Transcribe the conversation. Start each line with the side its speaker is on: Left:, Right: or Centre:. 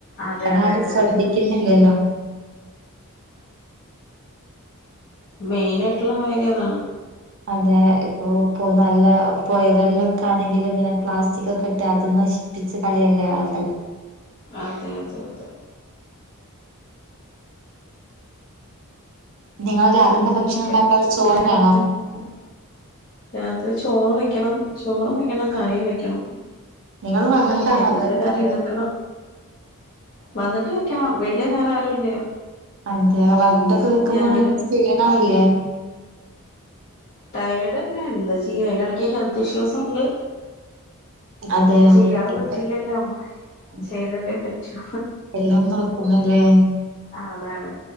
Left: അതെ
Right: അതാരും
Left: അതെ അതെ
Right: ശ്രദ്ധിക്ക്ന്നില്ലല്ലോ
Left: അതെ മെയിനായിട്ട്ള്ള കാര്യം അതാണ്
Right: അതെ ഇപ്പൊ പ്പൊ നല്ല പൊഴകളിൽ ഒക്കാണെങ്കിലും ഇങ്ങനെ പ്ലാസ്റ്റിക്കൊക്കെ ഇട്ട് അതും നശി പ്പിച്ച് കളയല്ലേ ആൾകൾ
Left: അതെ അതെ അതെ
Right: നിങ്ങൾ രാവിലെ
Left: അങ്ങനെയെക്കെ
Right: എന്താ ഭക്ഷണം ഉണ്ടാക്കാറ് ചോറിനാണോ
Left: വേറെന്തെക്കെയാണ് രാത്രി ചോറ് വെക്കണം ചോറും വെക്കണം കറിം വെക്ക ക്കണം
Right: നിങ്ങൾ വന്നിട്ടാണോ
Left: എന്തെങ്കിലും
Right: അത് വെക്കാറ്
Left: കറി ഇണ്ടാക്കണം വന്നിട്ടുവെക്കണം. വീട്ടില് വേറെ ആരും ഇല്ല
Right: അതെ, വന്നിട്ടൊക്കെ വെക്കുമ്പോ
Left: ഞാനും
Right: നിങ്ങക്ക് ക്ഷീണാവുലെ
Left: ടയേഡെന്നെ, എന്താചെയ്യാ, അയിനെടക്ക് ഹെൽത്തിഷ്യൂസുണ്ട്
Right: അതെ
Left: ചെയ്യാതെ
Right: ഇപ്പ
Left: പറ്റില്ലല്ലോ
Right: അതെ
Left: ചെയ്തല്ലേ പറ്റൂ
Right: എല്ലാം നോക്കുന്നുല്ലേ
Left: അതാണ്,